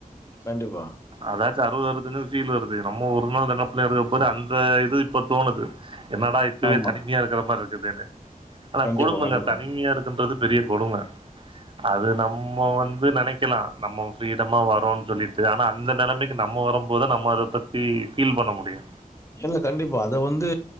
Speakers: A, on the left (about 20°); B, on the right (about 35°).
A: கண்டிப்பா
B: அதாச்சு அறுவது அறவத்தஞ்சுன்னு ஃபீல் வருது நம்மோ ஒரு நாள் நெனப்புல இருக்கப் போது அந்த இது இப்போ தோணுது என்னடா இப்பவே
A: ஆமா.
B: தனிமையா இருக்குற மாரி இருக்குதேன்னு
A: கண்டிப்பா,
B: கொடுமங்க
A: கண்டிப்பா.
B: தனிமையா இருக்குன்றது பெரிய கொடும அது நம்ம வந்து நெனைக்கலா நம்ம ஃப்ரீடமா வரோன் சொல்லிட்டு ஆனா அந்த நெலமைக்கு நம்ம வரம் போதா நம்ம அத பத்தி ஃபீல் பண்ண முடியு
A: இல்ல கண்டிப்பா அத வந்து